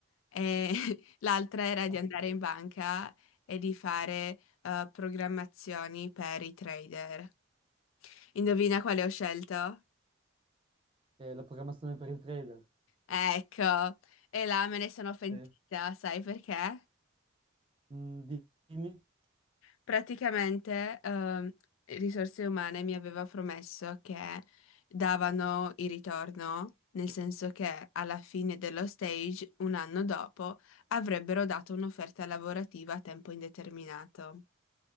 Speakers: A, on the left; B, on the right.
A: E <laughs> l'altra era
B: Basta.
A: di andare in banca e di fare eh, programmazioni per i trader. Indovina quale ho scelto?
B: E la programmazione per il trader?
A: Ecco, e là me ne sono pentita,
B: Sì.
A: sai perché?
B: Mm, di- dimmi?
A: Praticamente ehm, Risorse Umane mi aveva promesso che davano il ritorno, nel senso che alla fine dello stage, un anno dopo, avrebbero dato un'offerta lavorativa a tempo indeterminato.